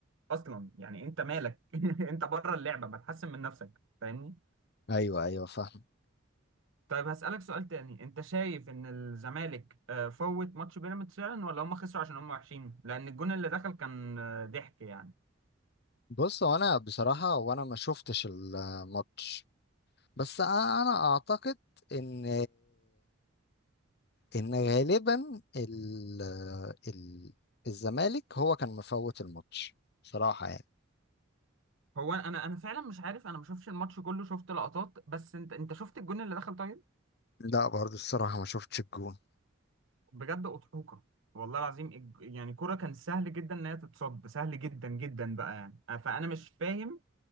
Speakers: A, on the right; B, on the left.
A: أصلا يعني أنت مالك <laughs> أنت بره اللعبة بتحسن من نفسك فاهمني؟
B: أيوه أيوه فاهم
A: طيب هسألك سؤال تاني انت شايف ان الزمالك آه، فوت ماتش بيراميدز فعلا ولا هم خسروا عشان هم وحشين لان الجون اللي دخل كان آه، ضحك يعني
B: بص هو أنا بصراحة وأنا ما شفتش الماتش بس أنا أعتقد إن إن غالبا ال... ال... الزمالك هو كان مفوت الماتش صراحة يعني
A: هو انا انا فعلا مش عارف انا ما شفتش الماتش كله شفت لقطات بس انت انت شفت الجون اللي دخل طيب
B: لا برضه الصراحة ما شفتش الجون
A: بجد اضحوكه والله العظيم الج- يعني كرة كان سهل جدا ان هي تتصد سهل جدا جدا بقى يعني آه، فانا مش فاهم